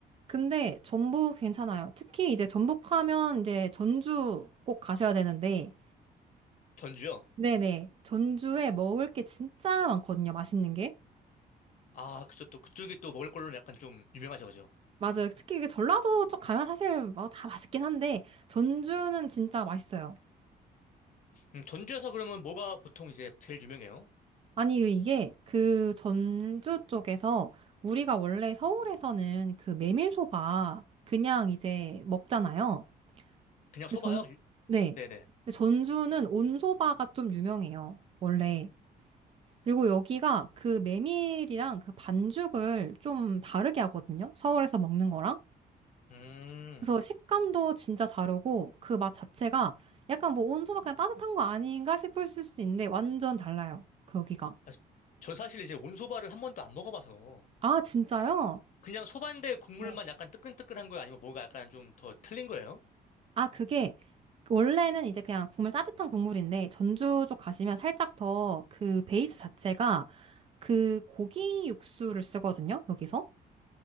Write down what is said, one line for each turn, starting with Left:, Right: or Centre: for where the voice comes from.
Right: 근데 전북 괜찮아요. 특히 이제 전북 하면 이제 전주 꼭 가셔야 되는데,
Left: 전주요?
Right: 네네. 전주에 먹을 게 진짜 많거든요. 맛있는 게.
Left: 아, 그쵸. 또 그쪽이 또 먹을 걸로는 약간 좀 유명하죠, 그죠?
Right: 맞아요. 특히 이게 전라도 쪽 가면 사실 뭐다 맛있긴 한데 전주는 진짜 맛있어요.
Left: 음, 전주에서 그러면 뭐가 보통 이제 제일 유명해요?
Right: 아니 이게 그 전주 쪽에서 우리가 원래 서울에서는 그 메밀소바 그냥 이제 먹잖아요.
Left: 그냥 소바요?
Right: 근데 전
Left: 일-
Right: 네.
Left: 네네.
Right: 근데 전주는 온소바가 좀 유명해요. 원래. 그리고 여기가 그 메밀이랑 그 반죽을 좀 다르게 하거든요. 서울에서 먹는 거랑.
Left: 음.
Right: 그래서 식감도 진짜 다르고 그 맛 자체가 약간 뭐 온수막 그냥 따뜻한 거 아닌가 싶을 수도 있는데 완전 달라요. 거기가.
Left: 아, 전 사실 이제 온소바를 한 번도 안 먹어봐서
Right: 아, 진짜요?
Left: 그냥 소반대 국물만
Right: 네.
Left: 약간 뜨끈뜨끈한 거예요? 아니면 뭐가 약간 좀 더 틀린 거예요?
Right: 아, 그게 원래는 이제 그냥 국물 따뜻한 국물인데 전주 쪽 가시면 살짝 더 그 베이스 자체가 그 고기 육수를 쓰거든요. 여기서.